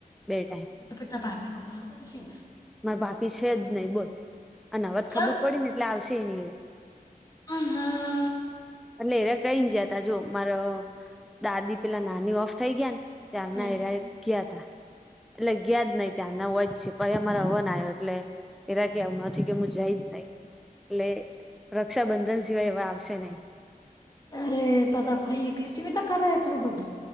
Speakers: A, in the centre; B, on the left (about 25°).
A: બે ટાઈમ.
B: તો પિ તા ભાભીર વધાવતા હશે.
A: મારા ભાભી છે જ નહી બોલ અને હવેત
B: ચમ
A: ખબર પડી ને એટલે આવશે નહિ એ.
B: આમ હા.
A: એટલે એને કઈ જયા તા જો મારા દાદી પેલા નાની ઓફ થઈ ગયા ને ત્યારના
B: હમ્મ
A: એરિયા કયા હતા. એટલે ગયા જ નહિ ત્યાંના હોય જ છે પછી અમારે હવન આવ્યો એટલે એરા કે આવું નથી કે હું જઈ જ નહીં. એટલે રક્ષાબંધન સિવાય એવા આવશે નહિ.
B: અરે તો તો ફાઈ એકલી ચીવીતા કરે એટલું બધું.